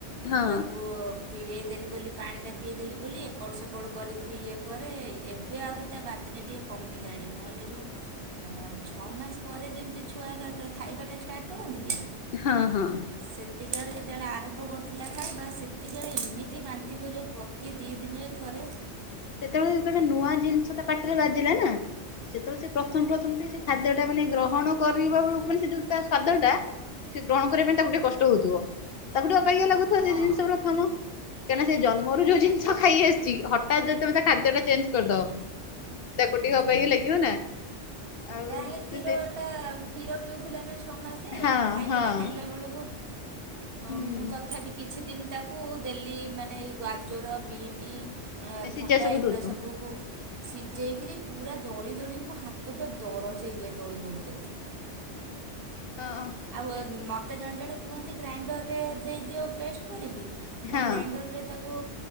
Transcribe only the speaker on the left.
ହଁ
ହଁ ହଁ।
ଯେତେବେଳେ ଯେତେବେଳେ ଗୋଟେ ନୂଆ ଜିନିଷ ତା ପାଟିରେ ବାଜିଲା ନା ସେତେବେଳେ ସେ ପ୍ରଥମ ପ୍ରଥମ ଟିକେ ସେ ଖାଦ୍ୟଟା ମାନେ ଗ୍ରହଣ କରିବା ବେଳକୁ ମାନେ ସେ ଯୋଉ ତା ସ୍ଵାଦ ଟା ସେ ଗ୍ରହଣ କରିବା ପାଇଁ ତାକୁ ଟିକେ କଷ୍ଟ ହଉଥିବ ତାକୁ ଟିକେ ଅବଗିଆ ଲାଗୁଥିବ
ସେ ଜିନିଷ ପ୍ରଥମ କାହିଁକି ସେ ଜନ୍ମ ମରୁ ଯୋଉ ଜିନିଷ ଖାଇ ଆସିଛି ହଠାତ୍ ଯଦି ତମେ ତା ଖାଦ୍ୟଟା ଚେଞ୍ଜ କରିଦବ। ତାକୁ ଟିିକେ
ଅବାଗିଆ ଲାଗିିବ ନା। ଆଉ
ସେ ସେ
ହଁ
ହଁ
ହୁଁ
ସିଝା
ସବୁ
ଦଉଥିବ
ହଁ।
ହଁ